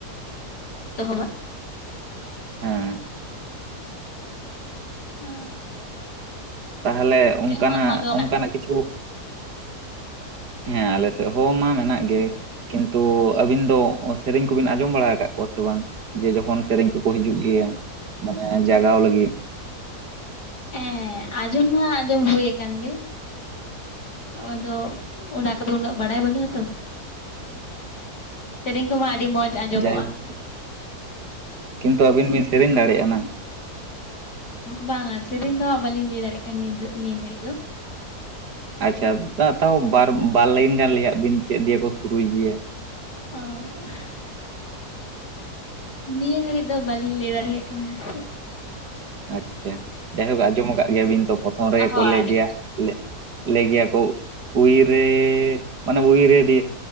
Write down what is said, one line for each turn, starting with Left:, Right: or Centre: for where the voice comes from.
Left: ᱮᱛᱚᱦᱚᱵᱟ
Right: ᱦᱮᱸ
Left: ᱦᱟᱸ
Right: ᱛᱟᱦᱞᱮ ᱚᱱᱠᱟᱱᱟᱜ
Left: ᱢᱟ ᱱᱚᱣᱟ ᱫᱚ ᱢᱮᱱᱟᱜ
Right: ᱚᱱᱠᱟᱱᱟᱜ
Left: ᱜᱮᱭᱟ
Right: ᱠᱤᱪᱷᱩ ᱦᱮᱸ ᱟᱞᱮ ᱥᱮᱫ ᱦᱚᱸ ᱢᱟ ᱢᱮᱱᱟᱜ ᱜᱮ ᱠᱤᱱᱛᱩ ᱟᱹᱵᱤᱱ ᱫᱚ ᱥᱮᱨᱮᱧ ᱠᱚᱵᱤᱱ ᱟᱸᱡᱚᱢ ᱵᱟᱲᱟ ᱟᱠᱟᱫ ᱠᱚᱣᱟ ᱥᱮ ᱵᱟᱝ ᱡᱮ ᱡᱚᱠᱷᱚᱱ ᱥᱮᱨᱮᱧ ᱠᱚᱠᱚ ᱦᱤᱡᱩᱜ ᱜᱮᱭᱟ ᱢᱟᱱᱮ ᱡᱟᱜᱟᱣ ᱞᱟᱹᱜᱤᱫ
Left: ᱦᱮᱸ ᱟᱸᱡᱚᱢ ᱢᱟ ᱟᱸᱡᱚᱢ ᱦᱩᱭ ᱟᱠᱟᱱ ᱜᱮ ᱟᱫᱚ ᱚᱱᱟ ᱠᱚᱫᱚ ᱩᱱᱟᱹᱜ ᱵᱟᱲᱟᱭ ᱵᱟᱹᱱᱩᱜᱼᱟᱛᱚ ᱥᱮᱨᱮᱧ ᱠᱚᱢᱟ ᱟᱹᱰᱤ ᱢᱚᱡᱽ ᱟᱸᱡᱚᱢᱚᱜᱼᱟ
Right: ᱡᱟᱭᱦᱳᱠ ᱠᱤᱱᱛᱩ ᱟᱹᱵᱤᱱ ᱵᱤᱱ ᱥᱮᱨᱮᱧ ᱫᱟᱲᱮᱭᱟᱜᱼᱟ ᱱᱟᱝ
Left: ᱵᱟᱝᱟ ᱥᱮᱨᱮᱧ ᱫᱚ ᱦᱜ ᱵᱟᱹᱞᱤᱧ ᱞᱟᱹᱭ ᱫᱟᱲᱮᱭᱟᱜ ᱠᱟᱱᱟ ᱱᱤᱭᱟᱹ ᱱᱤᱭᱟᱹ ᱜᱷᱟᱹᱲᱤᱡ ᱫᱚ
Right: ᱟᱪᱪᱷᱟ ᱫ ᱛᱟᱣ ᱵᱟᱨ ᱵᱟᱨ ᱞᱟᱭᱤᱱ ᱜᱟᱱ ᱞᱟᱹᱫ ᱵᱤᱱ ᱪᱮᱫ ᱫᱮ ᱠᱚ ᱥᱩᱨᱩᱭ ᱜᱮᱭᱟ
Left: ᱮᱸ ᱱᱤᱭᱟᱹ ᱜᱷᱟᱹᱲᱤᱡ ᱫᱚ ᱵᱟᱹᱞᱤᱧ ᱞᱟᱹᱭ ᱫᱟᱲᱮᱭᱟᱜ ᱠᱟᱱᱟ ᱦᱮᱸ‌ ᱥᱮ
Right: ᱟᱪᱪᱷᱟ ᱡᱟᱭᱦᱳᱠ ᱟᱸᱡᱚᱢ ᱟᱠᱟᱫ ᱜᱮᱭᱟᱵᱤᱱ ᱛᱚ ᱯᱨᱚᱛᱷᱚᱢ ᱨᱮᱜᱮ
Left: ᱦᱚᱸ
Right: ᱠᱚ ᱞᱟᱹᱭ
Left: ᱟᱸᱡᱚᱢ
Right: ᱜᱮᱭᱟ
Left: ᱫᱟᱞᱤᱧ
Right: ᱞᱮᱜᱭᱟ ᱠᱚ ᱩᱭ ᱨᱮ ᱢᱟᱱᱮ ᱩᱭᱨᱮ ᱫᱤᱭᱮ